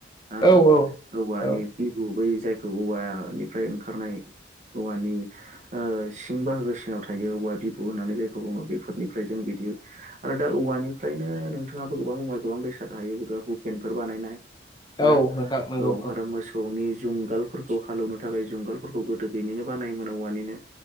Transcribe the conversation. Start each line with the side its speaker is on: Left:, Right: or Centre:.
Right: हा
Left: औ औ
Right: औवानि
Left: औ
Right: बिबु बै जायखौ औवानिफ्राय ओंखारनाय औवानि सिं बाहागोसिनाव थायो औवा बिबु होननानै जायखौ बुङो बेफोरनिफ्राय जों बि बि आरो दा औवानिफ्रायनो नोंथाङाबो गोबां औवाया गोबां बेसाद थाहायो जबा हुकेनफोर बानायनाय
Left: औ
Right: ना
Left: नोंथां नंगौ
Right: औ आरो मोसौनि जुंगालफोरखौ हालएवनो थाखाय जुंगालफोरखौ गोदो बेनिनो बानायोमोन औवानिनो